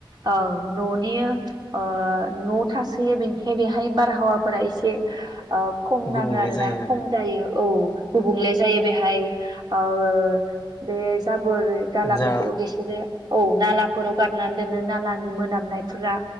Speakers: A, on the right; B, on the left.
A: औ ननिआ ओ न थासोयो बेनिखाय बेहाय बारहावाफोरा एसे ओ खम नाङो
B: गुबुंले
A: आरोना
B: जायो आरो
A: खम जायो औ गुबुंले जायो बेहाय हाय ओ बे जा बोरै जालाफोरखौ
B: जा
A: बिसोरो औ नालाफोराव गार <unintelligible> दोनो नालानि मोनामनायफोरा।